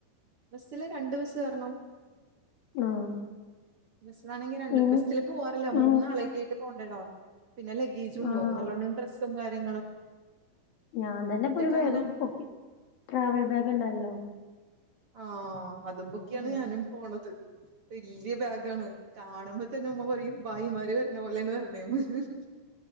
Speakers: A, on the right; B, on the left.
A: ബസ്സില് രണ്ട് ബസ്സ് കേറണം.
B: ആഹ്
A: ബസ്സിലാണെങ്കിൽ രണ്ട്
B: ഇൻ
A: ബസ്സില് പോവാറില്ല മൂന്നാളേക്കെ
B: ഇൻ
A: ആയിട്ട് പോണ്ടേടോ പിന്നെ- ഈജും
B: ആഹ്
A: നല്ലൊണം ഡ്രസും കാര്യ
B: ഞാൻ തന്നെ ഇപ്പൊ ഒരു ബാഗ്
A: അങ്ങനെ
B: പൊക്കി ട്രാവൽ ബാഗ് ഉണ്ടല്ലോ
A: ആഹ് അതുംപൊക്കിയാണ്
B: ആഹ്
A: ഞാനും പോണത് വല്യ ബാഗാണ് കാണുമ്പോ തന്നെ ഉമ്മ പറയും ബായിമാര് വര്ന പോലെ വര്ണെന്ന്